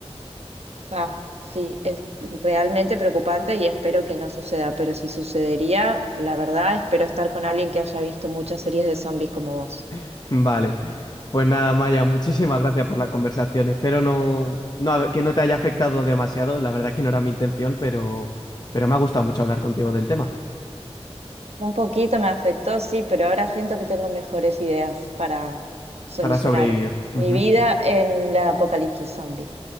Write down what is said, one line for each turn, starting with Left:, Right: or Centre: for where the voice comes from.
Right: Ah, sí, es realmente preocupante y espero que no suceda, pero si sucedería, la verdad, espero estar con alguien que haya visto muchas series de zombies como vos.
Left: <laughs> Vale. Pues nada, Maya, muchísimas gracias por la conversación. Espero no, no, haber- que no te haya afectado demasiado. La verdad es que no era mi intención, pero, pero me ha gustado mucho hablar contigo del tema
Right: Un poquito me afectó, sí, pero ahora siento que tengo mejores ideas para solucionar
Left: para sobrevivir. Ujú.
Right: mi vida en la apocalipsis zombie.